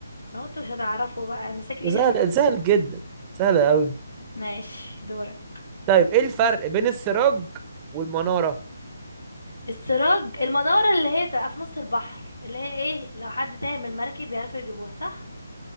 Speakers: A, on the left (about 80°); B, on the right (about 20°).
A: لو انت مش هتعرفه بقى مساكني
B: ده سهل
A: انت فاكر
B: سهل جدا سهل أوي
A: ماشي دورك
B: طيب إيه الفرق بين السراج والمنارة
A: السراج المنارة اللي هي بتبقى في نص البحر اللي هي ايه لو حد تايه من المراكب بيعرفوا يجيبوها صح